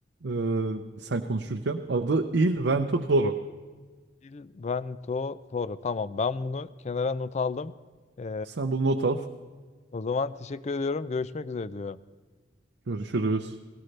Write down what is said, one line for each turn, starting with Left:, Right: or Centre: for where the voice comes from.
Right: Ee, sen konuşurken. Adı Il Vento d'Oro.
Left: Il Vento Toro. Tamam ben bunu kenara not aldım. Ee,
Right: Sen bunu not al.
Left: o zaman teşekkür ediyorum. Görüşmek üzere diyorum.
Right: Görüşürüz.